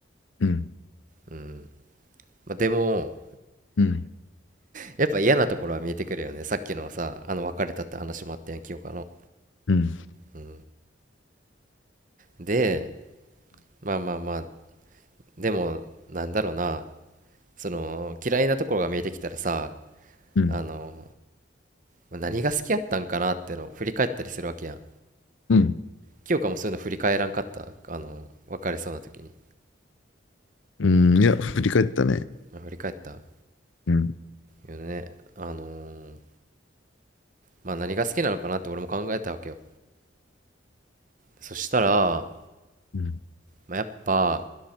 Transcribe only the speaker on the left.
うん、うん、
うん、
うん、
う
ん、
うんいや、振り返ったね。
うん、
うん、